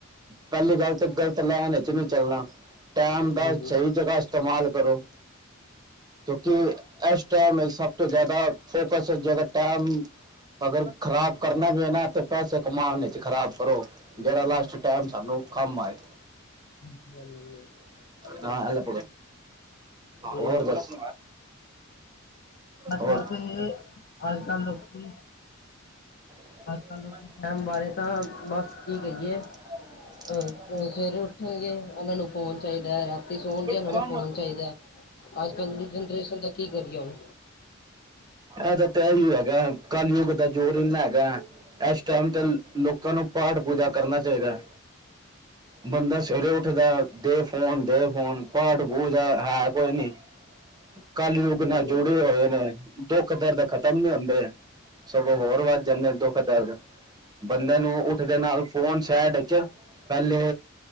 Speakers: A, on the right; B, on the left.
A: ਪਹਿਲੀ ਗੱਲ ਤੇ ਗ਼ਲਤ ਲੈਨ ਵਿੱਚ ਨੀ ਚੱਲਣਾ ਟੈਮ ਦਾ
B: ਹਾਂਜੀ-ਹਾਂਜੀ।
A: ਸਹੀ ਜਗ੍ਹਾ ਇਸਤੇਮਾਲ ਕਰੋ ਕਿ ਇਸ ਟੈਮ ਸਭ ਤੋਂ ਜ਼ਿਆਦਾ ਫੋਕਸ <unintelligible> ਟੈਮ ਅਗਰ ਖ਼ਰਾਬ ਕਰਨਾ ਵੀ ਐ ਨਾ ਤੇ ਪੈਸੇ ਕਮਾਣ ਵਿੱਚ ਖ਼ਰਾਬ ਕਰੋ। ਜਿਹੜਾ ਲਾਸਟ ਟੈਮ ਸਾਨੂੰ ਕੰਮ ਆਏ
B: ਹਾਂਜੀ-ਹਾਂਜੀ।
A: ਨਾ ਐਲਪ
B: ਤੇ
A: ਹੋਰ ਦੱਸ?
B: ਅੱਜ-ਕੱਲ
A: ਹੋਰ
B: ਤੇ ਅੱਜ-ਕੱਲ ਲੋਕੀ
A: <unintelligible>
B: ਅੱਜ-ਕੱਲ ਲੋਕੀ ਟਾਈਮ ਬਾਰੇ ਤਾਂ ਬਸ ਕੀ ਕਹੀਏ ਅ ਸਵੇਰੇ ਉੱਠਣਗੇ ਇਹਨਾਂ ਨੂੰ ਫੋਨ ਚਾਹੀਦਾ ਰਾਤੀ ਸੌਣਗੇ
A: ਲਟਕਾ
B: ਇਹਨਾਂ ਨੂੰ ਫੋਨ ਚਾਹੀਦਾ। ਅੱਜ-ਕੱਲ ਦੀ ਜਨਰੇਸ਼ਨ ਦਾ ਕੀ ਕਰੀਏ ਹੁਣ
A: ਏਦਾਂ ਤਾਂ ਇਹੀ ਹੈਗਾ ਕੱਲਯੁੱਗ ਦਾ ਜ਼ੋਰ ਇੰਨਾ ਹੈਗਾ ਏਸ ਟੈਮ ਤੇ ਲੋਕਾਂ ਨੂੰ ਪਾਠ ਪੂਜਾ ਕਰਨਾ ਚਾਹੀਦਾ।
B: <inaudible>
A: ਬੰਦਾ ਸਵੇਰੇ ਉੱਠਦਾ ਦੇ ਫੋਨ ਦੇ ਫੋਨ ਪਾਠ ਪੂਜਾ ਹੈ ਕੋਈ ਨੀ। ਕੱਲਯੁੱਗ
B: ਹਾਂਜੀ
A: ਨਾਲ ਜੁੜੇ ਹੋਏ ਨੇ ਦੁੱਖ ਦਰਦ ਖ਼ਤਮ ਨੀ ਹੁੰਦੇ। ਸਗੋਂ ਹੋਰ ਵੱਧ ਜਾਂਦੇ ਨੇ ਦੁੱਖ ਦਰਦ ਬੰਦੇ ਨੂੰ ਉੱਠਦੇ ਨਾਲ ਫੋਨ ਸੈਡ ਚ' ਪਹਿਲੇ